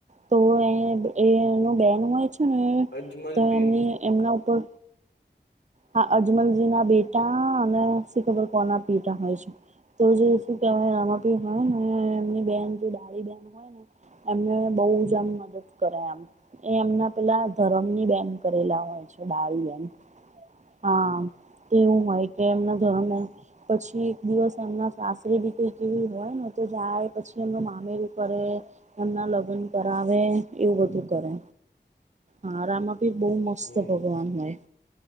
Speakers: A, on the right; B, on the left.
A: તો એ એ એનું બેન હોય છે.
B: અજમલ
A: તો
B: પેન
A: એમની એમના ઉપર હા, અજમલજી ના બેટા અને શીખબર કોણના પેટા હોય છે. તો જે શું કહેવાય રામાપીર ને હે ને એમની બેન ડાળી બેન હોય ને, એમને બહુ જ આમ મદદ કરે એમ એ એમના, પેલા ધરમ ની બેન કરેલા હોય છે દાળી બેન હા,
B: હમ
A: એવું હોય કે એમના જવમને. પછી એક દિવસ એમના સાસરે બી કઈક એવી હોય ને તો જાય પછી એમનો મામેરું કરે. એમના લગન કરાવે એવું બધું કરે હા રામા પીર બહુ મસ્ત
B: હમ
A: ભગવાન હોય.